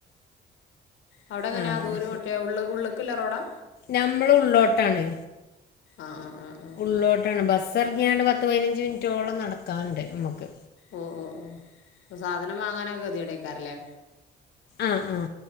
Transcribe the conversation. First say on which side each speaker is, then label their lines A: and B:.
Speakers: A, on the left; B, on the left.
A: അവിടെ എങ്ങനാ
B: ആ ആ
A: ദൂരം മറ്റേ ഉള്ള് ഉള്ളുക്കില്ല റോഡാ
B: ഞമ്മള് ഉള്ളോട്ടാണ്
A: ആഹ് ആഹ് ആഹ്
B: ഉള്ളോട്ടാണ് ബസ്സ് ഇറങ്ങിയാണ്ട് പത്ത് പതിനഞ്ച് മിനിറ്റോളം നടക്കാന്ണ്ട് മക്ക്
A: ഓ ഓ ഓ സാധനം വാങ്ങാനൊക്കെ കെതികേട് അയ്കാരം ല്ലേ
B: ആഹ് ആഹ്